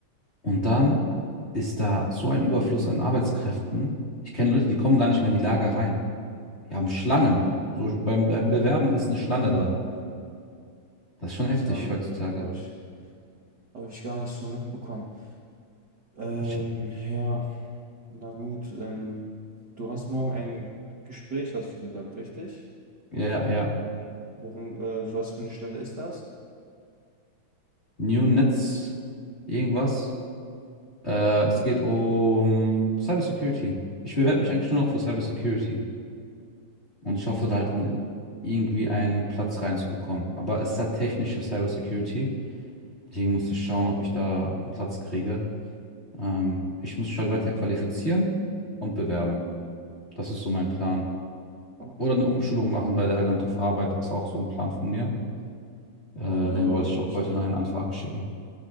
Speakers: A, on the left; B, on the right.
A: Und dann ist da so ein Überfluss an Arbeitskräften. Ich kenne Leute, die kommen gar nicht mehr in die Lager rein. Die haben Schlangen. So beim, beim Bewerben ist eine Schlange da. Das ist schon
B: Interessant,
A: heftig heutzutage.
B: habe ich, habe ich gar nicht so mitbekommen. Ähm,
A: Ich,
B: ja. Na gut, ähm, du hast morgen ein Gespräch, hast du gesagt, richtig?
A: ja, ja.
B: Worum, äh, was für eine Stelle ist das?
A: New Netz, irgendwas. Äh, es geht um Cybersecurity. Ich bewerbe mich eigentlich nur noch für Cybersecurity. Und ich hoffe,
B: Ist
A: da
B: klar.
A: halt in- irgendwie einen Platz reinzubekommen. Aber es ist halt technische Cybersecurity. Deswegen muss ich schauen, ob ich da einen Platz kriege. Ähm, ich muss mich halt weiter qualifizieren und bewerben. Das ist so mein Plan.
B: Okay.
A: Oder eine Umschulung machen bei der Agentur für Arbeit ist auch so ein Plan von mir. Äh,
B: Ja,
A: den
B: warum
A: wollte ich auch
B: nicht,
A: heute
B: ne?
A: in eine Anfrage schicken.